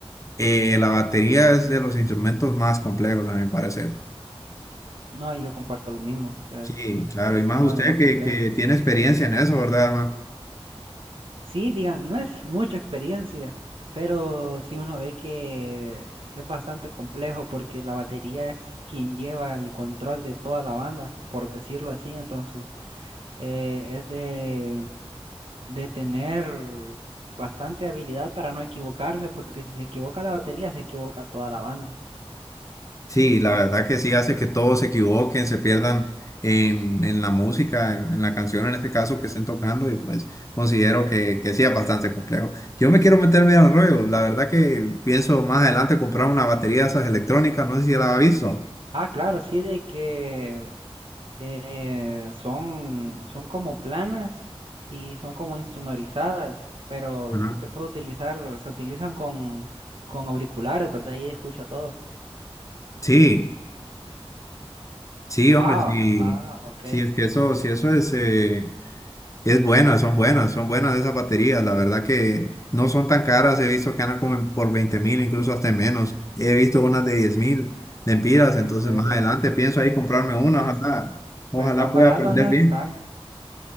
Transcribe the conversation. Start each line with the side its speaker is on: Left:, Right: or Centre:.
Left: eh, la batería es de los instrumentos más complejos, a mi parecer.
Right: No, y yo comparto lo mismo, o sea,
Left: Sí, claro,
Right: es
Left: y más
Right: uno
Left: usted
Right: de los más
Left: que,
Right: complejos.
Left: que tiene experiencia en eso, ¿verdad, hermano?
Right: Sí, digan, no es mucha experiencia, pero sí uno ve que es bastante complejo porque la batería es quien lleva el control de toda la banda, por decirlo así, entonces eh, es de de tener bastante habilidad para no equivocarse, porque si se equivoca la batería, se equivoca toda la banda.
Left: Sí, la verdad que sí hace que todos se equivoquen, se pierdan en, en la música, en, en la canción en este caso que estén tocando y pues considero que, que sí es bastante complejo. Yo me quiero meter bien al rollo, la verdad que pienso más adelante comprar una batería de esas electrónicas, no sé si la has visto.
Right: Ah, claro, sí, de que eh, son, son como planas y son como insonorizadas, pero
Left: Ajá.
Right: usted puede utilizar, se utilizan con, con auriculares, ¿verdad? Y escucha todo.
Left: Sí, sí,
Right: Ah,
Left: hombre, sí,
Right: ah, ok,
Left: sí, es que eso, sí, eso es... eh, Es buena, son buenas, son buenas esas baterías. La verdad que no son tan caras. He visto que andan como en- por veinte mil, incluso hasta menos. He visto unas de diez mil lempiras.
Right: en
Left: Entonces,
Right: serio.
Left: más adelante pienso ahí comprarme una.
Right: Pues,
Left: Ojalá, ojalá
Right: pues tan
Left: pueda
Right: baratas
Left: aprender
Right: no están,
Left: bien.